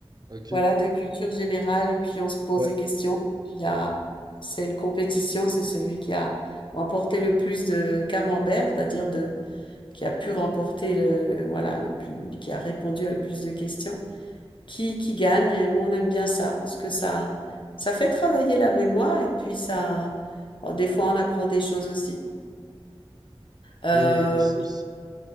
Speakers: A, on the right; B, on the left.
A: OK.
B: voilà, de culture générale, et puis on se pose
A: Ouais.
B: des questions. Il y a, c'est une compétition, c'est celui qui a remporté le plus de camembert, c'est-à-dire de qui a pu remporter le, le- voilà, le plus, qui a répondu à le plus de questions, qui, qui gagne. Et on aime bien ça parce que ça, ça fait travailler la mémoire et puis ça, bon, des fois on apprend des choses aussi. Euh,
A: Ouais, ici.